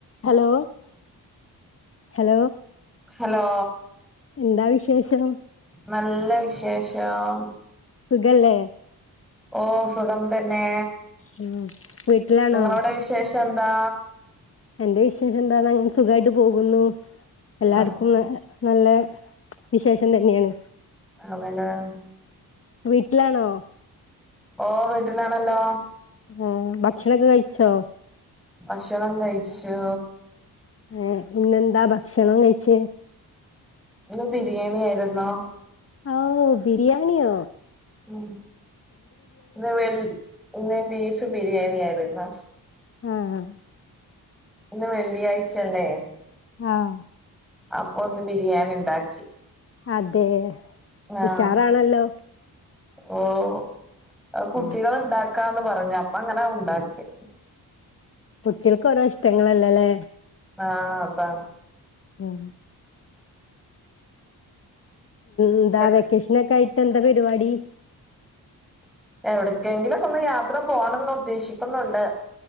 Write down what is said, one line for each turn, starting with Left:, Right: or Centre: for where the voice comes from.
Left: Hello hello
Centre: hello
Left: എന്താ വിശേഷം
Centre: നല്ല വിശേഷം
Left: സുഖല്ലേ
Centre: ഓഹ് സുഖം തന്നെ
Left: ഉം വീട്ടിലാണോ
Centre: നിങ്ങളടെ വിശേഷം എന്താ
Left: എന്റെ വിശേഷം എന്താ അങ്ങനെ സുഖമായിട്ട് പോകുന്നു എല്ലാർക്കും
Centre: ആ
Left: നല്ല വിശേഷം തന്നെയാണ്
Centre: <unintelligible>
Left: വീട്ടിലാണോ
Centre: ഓ വീട്ടിലാണല്ലോ
Left: ആഹ് ഭക്ഷണൊക്കെ കഴിച്ചോ
Centre: ഭക്ഷണം കഴിച്ചു
Left: ഏഹ് ഇന്നെന്താ ഭക്ഷണം കഴിച്ച
Centre: ഇന്ന് ബിരിയാണി ആയിരുന്നോ
Left: ആഹ് ഓഹ് ബരിയാണി അഹ്
Centre: ഉം ഇന്ന് വെള്ളി ഇന്ന് ബീഫ് ബിരിയാണി ആയിരുന്ന്
Left: ആഹ്
Centre: ഇന്ന് വെള്ളിയാഴ്ചല്ലേ
Left: ആഹ
Centre: അപ്പൊ ഒന്ന് ബിരിയാണി ണ്ടാക്കി
Left: അതെ
Centre: ആഹ
Left: ഉഷാറാണല്ലോ
Centre: ഓ കുട്ടികള്ണ്ടാക്ക
Left: ഉം
Centre: ക്കാന്ന് പറഞ്ഞ് അപ്പ അങ്ങനെ ഉണ്ടാക്കി
Left: കുട്ടിൾക്ക് ഓരോ ഇഷ്ടങ്ങളല്ലല്ലേ
Centre: ആഹ് അതാ
Left: ആഹ ന്താ
Centre: നിങ്ങക്ക്
Left: വെക്കേഷനൊക്കെ ആയിട്ട് ന്താ പരിപാടി
Centre: എവിടക്കെങ്കിലും ഒേക്ക ഒന്ന് യാത്ര പോണംന്ന് ഉദ്ദേശിക്കുന്നുണ്ട്